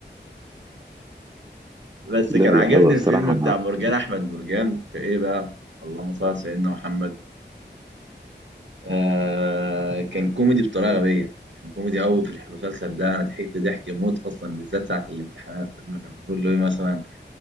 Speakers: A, on the right; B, on the right.
A: بس
B: لا
A: كان
B: لا
A: عاجبني
B: هو الصراحة
A: الفيلم بتاع مرجان أحمد مرجان في إيه بقى اللهم صل على سيدنا محمد آه كان كوميدي بطريقة غبية كان كوميدي قوي في المسلسل ده أنا ضحكت ضحك موت أصلا بالذات ساعة الامتحانات لما كان بيقول له إيه مثلا